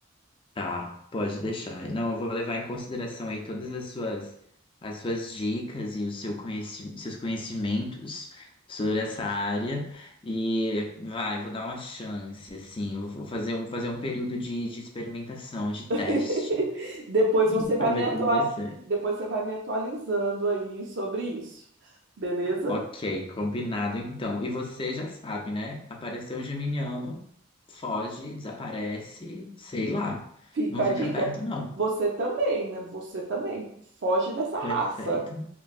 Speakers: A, on the left (about 25°); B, on the right (about 60°).
A: Tá, pode deixar. Não, eu vou levar em consideração aí todas as suas, as suas dicas e o seu conheci, seus conhecimentos sobre essa área. E vai, vou dar uma chance, assim. eu Vou fazer um, fazer um período de, de experimentação, de teste,
B: <laughs> Depois
A: <laughs>
B: você vai
A: pra ver
B: me atua...
A: como vai ser.
B: depois você vai me atualizando aí sobre isso. Beleza?
A: Ok, combinado então. E você já sabe, né? Apareceu um geminiano, foge, desaparece, sei lá.
B: Fica
A: Não
B: a
A: fica
B: dica.
A: perto, não.
B: Você também, né? Você também. Foge dessa raça.
A: Perfeito.